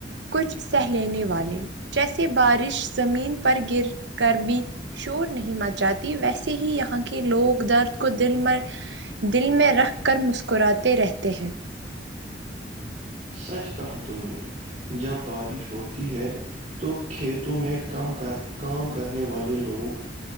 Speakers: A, on the right; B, on the right.
A: کچھ سہ لینے والے جیسے بارش زمین پر گر کر بھی شور نہیں مچاتے ویسے ہی یہاں کے لوگ درد کو دل میں دل میں رکھ کر مسکراتے رہتے ہیں
B: سچ کہا تم نے جب بارش ہوتی ہے تو کھیتوں میں کم کر کام کرنے والے لوگ